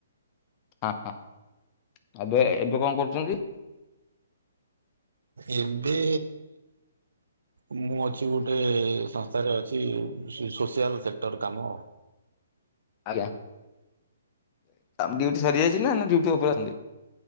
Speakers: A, on the left; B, on the right.
A: ହଁ ହ ଏବେ ଏବେ କଁ କରୁଚନ୍ତି?
B: ଏବେ ମୁଁ ଅଛି ଗୋଟେ ସଂସ୍ଥାରେ ଅଛି ସେ ସୋସିଆଲ ସେକ୍ଟର କାମ।
A: ଆଜ୍ଞା ଡ୍ୟୁଟି ସରିଯାଇଚି ନା ନା ଡ୍ୟୁଟି ଓପରେ ଅଛନ୍ତି?